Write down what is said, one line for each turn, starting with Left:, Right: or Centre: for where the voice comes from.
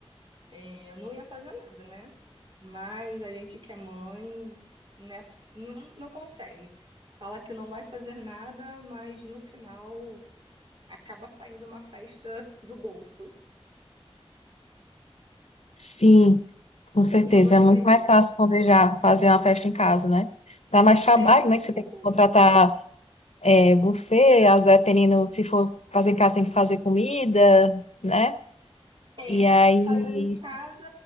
Right: É, eu não ia fazer nada, né? Mas a gente que é mãe, né, ps- não, não consegue. Fala que não vai fazer nada, mas no final acaba saindo uma festa do bolso.
Left: Sim, com certeza.
Right: E você?
Left: É muito mais fácil planejar, fazer uma festa em casa, né? Dá mais trabalho,
Right: É,
Left: né?
Right: conta
Left: Que você tem
Right: um
Left: que
Right: pouco.
Left: contratar é, buffet, às vezes, dependendo, se for fazer em casa, tem que fazer comida, né?
Right: É,
Left: E aí,
Right: fazendo em casa,